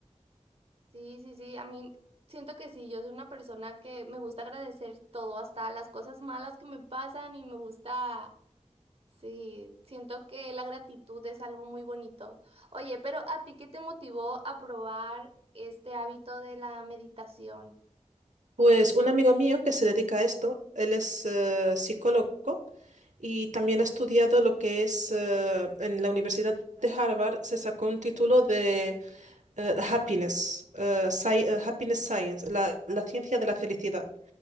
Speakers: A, on the right; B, on the right.
A: sí, sí, sí. A mí siento que sí, yo soy una persona que me gusta agradecer todo, hasta las cosas malas que me pasan y me gusta Sí, siento que la gratitud es algo muy bonito. Oye, pero ¿a ti qué te motivó a probar este hábito de la meditación?
B: Pues un amigo mío que se dedica a esto, él es eh, psicólogo y también ha estudiado lo que es eh, en la Universidad de Harvard, se sacó un título de eh, Happiness, eh, Sci- eh, Happiness Science, la, la ciencia de la felicidad.